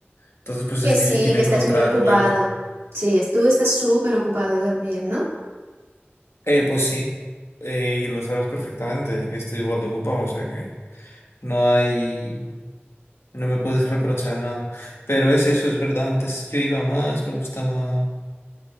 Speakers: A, on the left; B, on the right.
A: Entonces, pues
B: Que
A: es
B: sí,
A: difícil
B: que
A: encontrar
B: estás muy ocupado.
A: un hueco.
B: Sí, es- tú estás súper ocupado también, ¿no?
A: Eh, pues sí, eh, y lo sabes perfectamente, que estoy igual de ocupado, o sea que no hay, no me puedes reprochar nada. Pero es eso, es verdad, antes yo iba más, me gustaba...